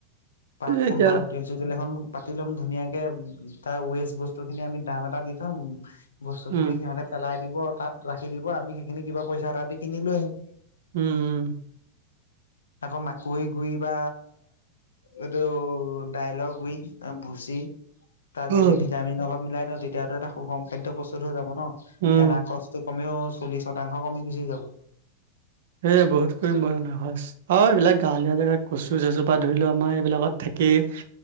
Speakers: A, on the left; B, on the right.
A: বা
B: এই
A: কোনোবা।
B: এতিয়া
A: তিল চুতিল এখন পাতি লম ধুনীয়াকে তাৰ ৱেচ বস্তু খিনি আমি দাম এটা দি থম বস্তুখিনি
B: উম,
A: সিহঁতে পেলাই দিব তাত ৰাখি দিব আমি সেইখিনি কিবা পইচা তটা দি কিনি লৈ আহিম।
B: উম।
A: আকৌ মাকৈ গুৰি বা। এইটো ডাইল গুৰি ভুচি তাত
B: উম,
A: যদি। যেতিয়া আমি অলপ মিলাই দিওঁ তেতিয়াতো এটা সুষম খাদ্য প্ৰস্তুত হৈ যাব ন'
B: উম,
A: দানা কচ। টো কমেও চল্লিচ শতাংশ কমি গুচি যাব।
B: এ বহুত কৰিম ম‌ই <unintelligible> অ' এইবিলাক গাঁৱলীয়া জেগা কচু চচুৰ পৰা ধৰিলও আমাৰ এইবিলাকত থাকেই।